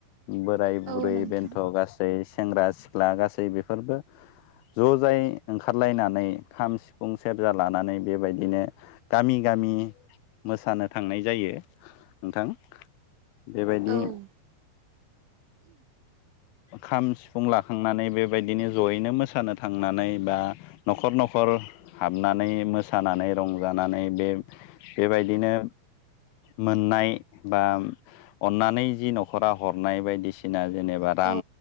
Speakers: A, on the left; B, on the right.
A: बोराय बुरै
B: औ नोंथां
A: बेन्थ' गासै सेंग्रा सिख्ला गासै बेफोरबो ज' जाय ओंखारलायनानै खाम, सिफुं, सेरजा लानानै बेबायदिनो गामि गा मि मोसानो थांनाय जायो। नोंथां बेबायदि
B: औ
A: खाम, सिफुं लाखांनानै बेबायदिनो ज'यैनो मोसानो थांनानै बा न'खर न'खर हाबनानै मोसानानै रंजानानै बे बेबायदिनो मोननाय बा अन्नानै जि न'खरा हरनाय बायदिसिना जेनेबा रां
B: औ